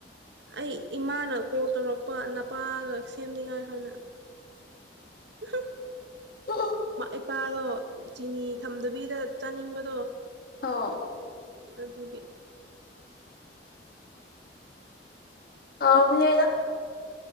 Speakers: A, on the right (about 65°); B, on the left (about 55°).
A: ꯑꯩ ꯏꯃꯥꯅ ꯀꯣꯜ ꯇꯧꯔꯛꯄ ꯅꯄꯥꯒ ꯁꯦꯝꯅꯤꯉꯥꯏ ꯍꯥꯏꯅ ꯎꯍꯨꯝ
B: ꯑꯣ
A: ꯏꯄꯥꯗꯣ ꯆꯤꯅꯤ ꯊꯝꯗꯕꯤꯗ ꯆꯥꯅꯤꯡꯕꯗꯣ
B: ꯑꯣ ꯑꯣ
A: ꯑꯗꯨꯒꯤ
B: ꯍꯥꯎꯕꯅꯦꯗ